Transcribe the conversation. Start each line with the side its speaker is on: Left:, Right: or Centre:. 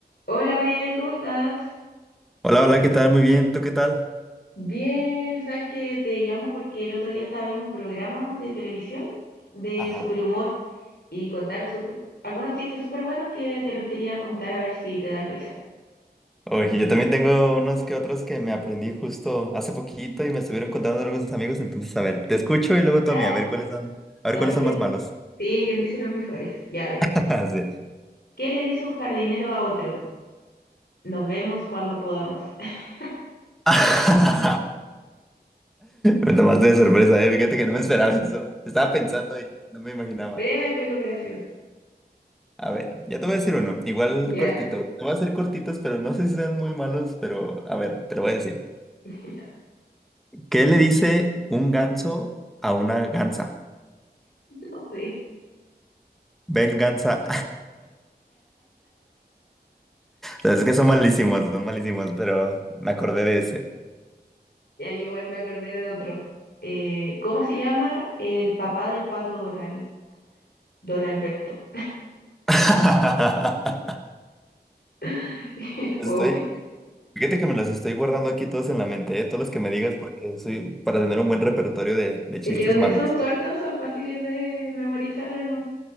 Left: Hola, Ariel, ¿cómo estás?
Centre: Hola, hola, ¿qué tal? Muy bien, ¿tú qué tal?
Left: Bien, sabes que te llamo porque el otro día estaba viendo un programa de televisión de
Centre: Ajá.
Left: sobre humor y contaron sup- algunos chistes súper buenos que te los quería contar a ver si te dan risa.
Centre: Oye, yo también tengo unos que otros que me aprendí justo hace poquito y me estuvieron contando algunos amigos, entonces a ver, te escucho y luego
Left: Ya,
Centre: tú a mí, a ver cuáles son, a ver
Left: a
Centre: cuáles
Left: ver
Centre: son
Left: quién,
Centre: más malos.
Left: sí, quién dice los mejores. Ya, a ver.
Centre: <laughs> Sí.
Left: ¿Qué le dice un jardinero a otro? Nos vemos cuando podamos. <laughs>
Centre: <laughs> Me tomaste de sorpresa, eh. Fíjate que no me esperaba eso. Estaba pensando y no me imaginaba.
Left: Breve pero gracioso.
Centre: A ver, ya
Left: <laughs>
Centre: te voy a decir uno, igual
Left: Ya,
Centre: cortito. Te voy a hacer cortitos, pero no sé si sean muy malos, pero a ver, te lo voy a decir.
Left: <laughs> ya,
Centre: ¿Qué le dice un ganso a una gansa?
Left: no sé.
Centre: Ven, gansa. Es que son malísimos, son malísimos, pero me acordé de ese.
Left: Ya igual me acordé de otro. Eh, ¿cómo se llama el papá del pato Donald? Don Alberto.
Centre: <laughs>
Left: <laughs> Qué
Centre: Estoy,
Left: Fome.
Centre: fíjate que me los estoy guardando aquí todos en la mente, ¿eh? Todos los que me digas, porque soy para tener un buen repertorio de, de chistes
Left: Es que donde
Centre: malos.
Left: son cortos son fáciles de memorizar además.